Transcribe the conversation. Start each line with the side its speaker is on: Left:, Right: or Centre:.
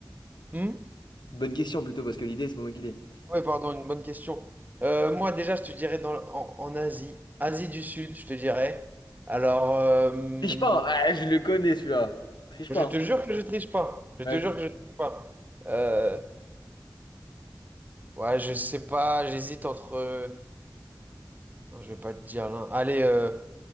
Right: Hmm
Left: Bonne question plutôt, parce que l'idée, c'est pas moi qui l'ai.
Right: Ouais, pardon, une bonne question. Euh, moi, déjà, je te dirais dans, en, en Asie, Asie du Sud, je te dirais. Alors, euh,
Left: Triche pas! hein. Ah, je le connais celui-là. Triche
Right: je
Left: pas. hein.
Right: te jure que je triche pas. Je
Left: Vas-y.
Right: te jure que je triche pas. Euh, ouais, je sais pas, j'hésite entre. euh, Non, je vais pas te dire l'un. Allez. euh,